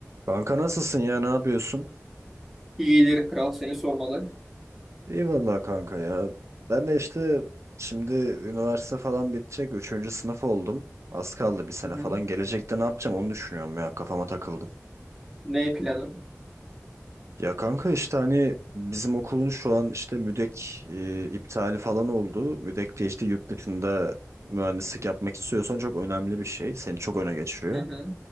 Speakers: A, on the right; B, in the centre.
A: Kanka nasılsın ya ne yapıyorsun?
B: İyidir kral seni sormalı.
A: İyi vallahi kanka ya. Ben de işte şimdi üniversite falan bitecek. Üçüncü sınıf oldum. Az kaldı bir sene
B: Hı
A: falan.
B: hı.
A: Gelecekte ne yapacağım onu düşünüyorum ya. Kafama takıldım.
B: Ne planın?
A: Ya kanka işte hani bizim okulun şu an işte müdek e, iptali falan oldu. Müdek de işte yurt dışında mühendislik yapmak istiyorsan çok önemli bir şey. Seni çok öne geçiriyor.
B: Hı hı.